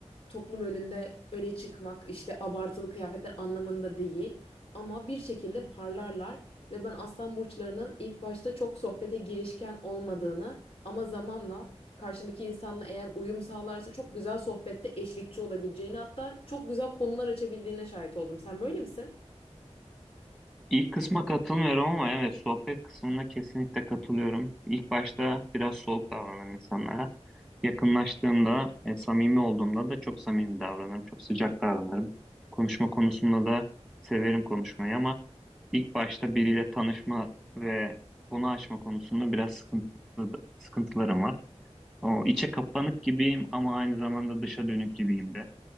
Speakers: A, on the left; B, in the centre.
A: toplum önünde öne çıkmak, işte abartılı kıyafetler anlamında değil. Ama bir şekilde parlarlar ve ben Aslan Burçlarının ilk başta çok sohbete girişken olmadığını ama zamanla karşındaki insanla eğer uyum sağlarsa çok güzel sohbette eşlikçi olabileceğini hatta çok güzel konular açabildiğine şahit oldum. Sen böyle misin?
B: İlk kısma katılmıyorum ama evet sohbet kısmına kesinlikle katılıyorum. İlk başta biraz soğuk davranırım insanlara. Yakınlaştığımda, e, samimi olduğumda da çok samimi davranırım, çok sıcak davranırım. Konuşma konusunda da severim konuşmayı ama ilk başta biriyle tanışma ve konu açma konusunda biraz sıkıntı, sıkıntılarım var. O içe kapanık gibiyim ama aynı zamanda dışa dönük gibiyim de.